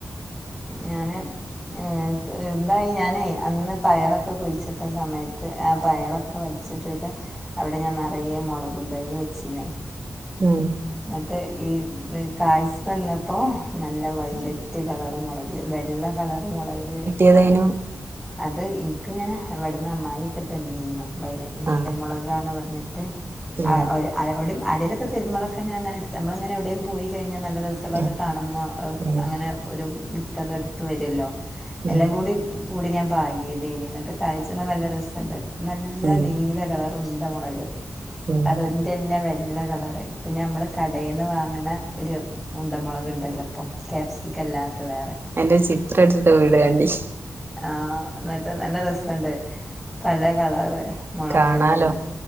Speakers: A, in the centre; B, on the right.
A: ഞാന് ഏക്ക് ന്തായി ഞാനേ അന്ന് പയറൊക്കെ കുഴിച്ചിട്ട സമയത്ത് ആഹ് പയറൊ ഒക്കെ വലിച്ചിട്ടിട്ട് അവിടെ ഞാൻ നിറയെ മുളകും തൈ വെച്ചീന്നേ.
B: ഉം
A: എന്നട്ട് ഈ കായ്ച്ച് വന്നപ്പോ നല്ല വൈലറ്റ് കളർ മുള വെള്ള കളർ മുളക്
B: ഏതേനു
A: അത് ഇൻക്ക് ഇങ്ങനെ എവിടുന്ന് അമ്മായി ഒക്കെ തന്നീനു നീലമുളകാന്ന്
B: ആഹ്
A: പറഞ്ഞിട്ട്
B: ഉം
A: ആഹ് ഓര് അഹ് വിടിം ആരേലൊക്കെ തരുമ്പോളൊക്കെ ഞാൻ ങ്ങനെടുത്ത് നമ്മളങ്ങനെ എവിടെയും പോയി കഴിഞ്ഞാ നല്ല രസ എള്ളോക്കെ
B: ഉം
A: കാണുമ്മേ അഹ്
B: ഉം
A: അങ്ങനെ ഒരു വിത്തൊക്കെ എടുത്തു വരുല്ലോ എല്ലാം
B: ഉം
A: കൂടി കൂടി ഞാൻ പാകിയതേനി എന്നിട്ട് കായ്ച്ചു വന്നപ്പോ നല്ല രസോണ്ട് നല്ല
B: ഉം
A: നീല കളർ ഉണ്ട മുളക്
B: ഉം
A: അത് തന്നെ വെള്ള കളറ്. പിന്നെ നമ്മൾ കടേന്ന് വാങ്ങണ ഒരു ഉണ്ട മുുളക് ണ്ടല്ലോ ഇപ്പം. ക്യാപ്സിക്കം അല്ലാത്ത വേറെ
B: അയ്ന്റെ ചിത്രം എടുത് വിടേണ്ടി
A: ആഹ് ന്നട്ട് നല്ല രസണ്ടേഞ് പല കളറ് മുളകുകളുണ്ട്
B: കാണാലോ